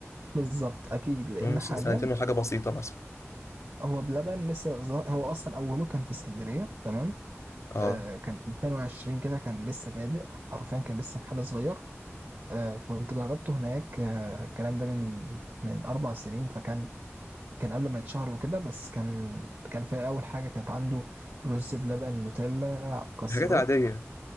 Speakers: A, on the right; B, on the left.
A: بالظبط اكيد لان
B: المهم مثلا
A: حاليا
B: سنتين وحاجة بسيطة مثلا
A: هو بلبن لسه ظا- هو اصلا اوله كان في اسكندريه تمام
B: اه
A: آه كان 2020 كده كان لسه بادئ حرفيا كان لسه محل صغير آه كنت جربته هناك آه الكلام ده من من اربع سنين فكان كان قبل ما يتشهر وكده بس كان كان في اول حاجه كانت عنده رز بلبن نوتيلا مكسرات
B: الحاجات العادية